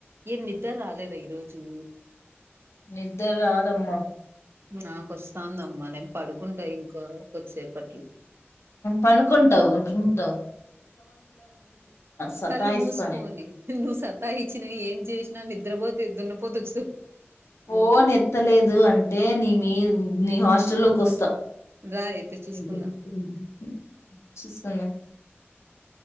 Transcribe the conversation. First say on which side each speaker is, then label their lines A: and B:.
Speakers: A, on the right (about 60°); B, on the left (about 75°).
A: ఏం నిద్ధర్ రాలేద ఈరోజు
B: నిద్ర రాదమ్మ
A: నాకొస్తాందమ్మా నేను పడుకుంటా ఇంకో కొద్దిసేపట్లో
B: పనుకుంటవ్ వుంటవ్ సతాయిస్తాను
A: కళ్ళు మూసకొని నువ్వు సత్తా ఇచ్చిన ఏం చేసిన ని నిద్రపోతే దున్న పోతోచ్
B: ఫోన్ ఎత్తలేదు అంటే నీ మీ నీ హాస్టల్ లోకోస్త.
A: రా అయితే చూసుకుందాం
B: <unintelligible> చూసుకుందాం